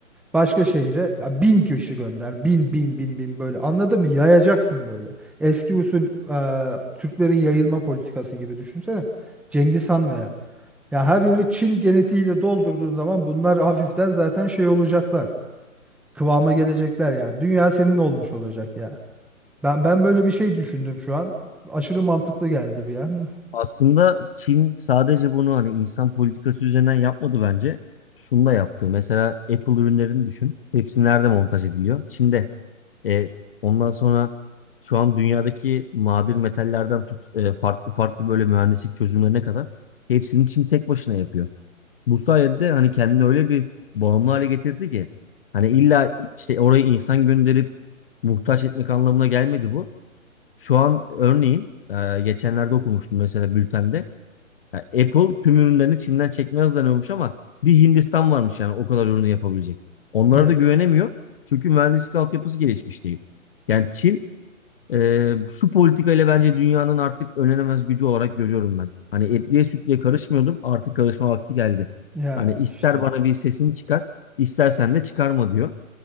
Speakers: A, in the centre; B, on the left.
A: Başka şehre ya bin kişi gönder. Bin bin bin bin böyle. Anladın mı? Yayacaksın böyle. Eski usul e, Türklerin yayılma politikası gibi düşünsene. Cengiz Han veya. Ya her yeri Çin genetiğiyle doldurduğun zaman bunlar hafiften zaten şey olacaklar. Kıvama gelecekler yani. Dünya senin olmuş olacak ya. Ben ben böyle bir şey düşündüm şu an. Aşırı mantıklı geldi bir an.
B: Aslında Çin sadece bunu hani insan politikası üzerinden yapmadı bence. Şunu da yaptı. Mesela Apple ürünlerini düşün. Hepsi nerede montaj ediliyor? Çin'de. E, ondan sonra şu an dünyadaki nadir metallerden tut e, farklı farklı böyle mühendislik çözümlerine kadar hepsini Çin tek başına yapıyor. Bu sayede de hani kendini öyle bir bağımlı hale getirdi ki hani illa işte oraya insan gönderip muhtaç etmek anlamına gelmedi bu. Şu an örneğin e, geçenlerde okumuştum mesela bültende. Ya Apple tüm ürünlerini Çin'den çekmeye hazırlanıyormuş ama bir Hindistan varmış yani o kadar ürünü yapabilecek. Onlara
A: <laughs>
B: da güvenemiyor. Çünkü mühendislik altyapısı gelişmiş değil. Yani Çin e, şu politikayla bence dünyanın artık önlenemez gücü olarak görüyorum ben. Hani etliye sütlüye karışmıyordum artık karışma vakti geldi.
A: Ya,
B: Hani
A: yani
B: ister
A: işte.
B: bana bir sesini çıkar istersen de çıkarma diyor.